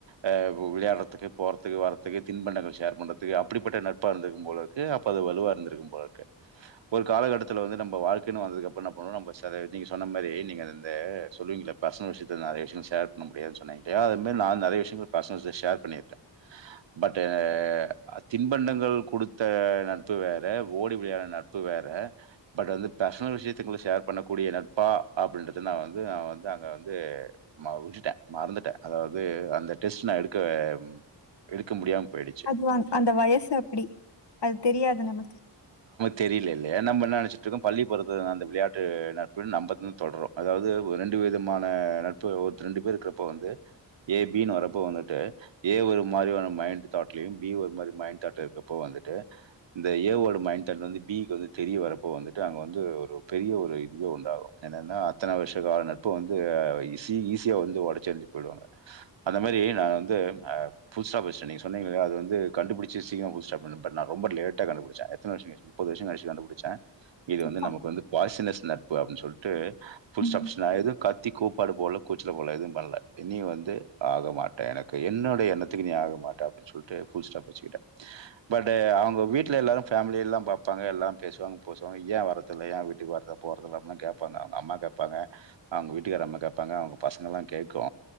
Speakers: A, on the right; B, on the left.
A: அ வ் வு விளையாடுறதுக்கு போறதுக்கு வர்றத்துக்கு தின்பண்டங்கள் ஷேர் பண்றதுக்கு அப்டிப்பட்ட நட்பா இருந்துருக்கு போல இருக்கு அப்ப அது வலுவா இருந்திருக்கும் போல இருக்கு ஒரு காலகட்டத்தில்ல வந்து நம்ம வாழ்க்கைன்னு வந்துக்கு அப்றோ என்ன பண்ணுணோ நம்ம சதே நீங்க சொன்ன மாறி நீங்க இந்த சொல்லுவீங்களே பர்ஷனல் விஷயத்த நெறைய விஷயங்க ஷேர் பண்ண முடியாதுன்னு சொன்னேன் இல்லையா அது மாதிரி நா நிறைய விஷயங்கள் பர்சனல்ஸ் ஷேர் பண்ணிருக்கே பட்டு ஆ தின்பண்டங்கள் கொடுத்த நட்பு வேற ஓடி விளயாட நட்பு வேற பட் அது பர்சனல் விஷயத்த உள்ள ஷேர் பண்ணக்கூடிய நட்பா அப்டின்றது நா வந்து நா வந்து அங்க வந்து நா விட்டுட்டே மறந்துட்டே அதாவது அந்த டெஸ்ட் நா எடுக்க ம் எடுக்க முடியாம போயிடுச்சு.
B: அதுவான் அந்த வயசு அப்டி அது தெரியாது நமக்கு
A: தெரிய்ல இல்லயா நம்ம என்ன நெனச்சிட்ருக்கோ பள்ளி பருத்து அந்த விளையாட்டு நட்பு நம்பத் தொடரு அதாவ்து ஒ ரெண்டு விதமான நட் பு ஒர்த்த ரெண்டு பேரு இருக்குறப்போ வந்து ஏ பி னு வரப்போ வந்துட்டு ஏ ஒரு மாறிவான மைண்ட் தாட்லயும் பி ஒரு மாறி மைண்ட் தாட் இருக்கப்போ வந்துட்டு இந்த ஏ ஓட மைண்ட் தாட் வந்து பி க்கு வந்து தெரிய வரப்போ வந்துட்டு அங்க வந்து ஒரு பெரிய ஒரு இதுவே உண்டாகு என்னன்னா அத்தன வர்ஷக்கால நட்பு வந்து ஆ இ ஈஸியா வந்து ஒடச்சி எரிஞ்சிட்டு போயிடுவாக அந்த மாறி நா வந்து அ ஃபுல் ஸ்டாப் வெச்சிட நீங்க சொன்னங்க இல்லாயா அது வந்து கண்டுபிடிச்சி சீக்ரோ புது ஸ்டார்ட் பண் பண்ணாரோ ரொம்ப லேட்டா கண்டுபிடிச்ச எத்தன வருஷோ கழிச்சி முப்பது வருஷோ கழிச்சி கண்டுபிடிச்ச இது
B: அப்பா
A: வந்து நமக்கு வந்து பாய்சினஸ் நப் புவா அப்டின் சொல்ட் ஃபுல்
B: ம்
A: ஸ்டாப் நா எதும் கத்திகூப் பாடு போல கூச்சில போலது எதுவு பண்ணல நீ வந்து ஆகமாட்ட எனக்கு என்னோடைய எண்ணத்துக்கு நீ ஆக மாட்ட அப்டின்னு சொல்லிட்டு ஃபுல் ஸ்டாப் வெச்சிட்ட பட்டே அவங்க வீட்டில் எல்லோரு ஃபேமி எல்லா பாப்பாங்க எல்லா பேசுவாங்க போசுவாங்க ஏ வரதில்ல ஏ வீட்டுக்கு வரத போறதுலாம அப்படின்னா கேட்பாங்க அவங்க அம்மா கேட்பாங்க அவங்க வீட்டுக்கார அம்மா கேப் ப்பாக அவுங்க பசங்கலா கேக்கோ